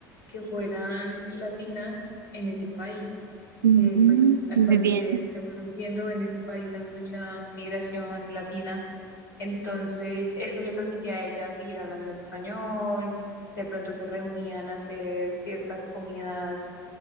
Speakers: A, on the left (about 85°); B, on the right (about 80°).
A: que fueran latinas en ese país,
B: ujú,
A: que pues al
B: Muy
A: parecer,
B: bien,
A: según entiendo, en ese país hay mucha migración latina. Entonces eso le permitía a ella seguir hablando en español. De pronto se reunían a hacer ciertas comidas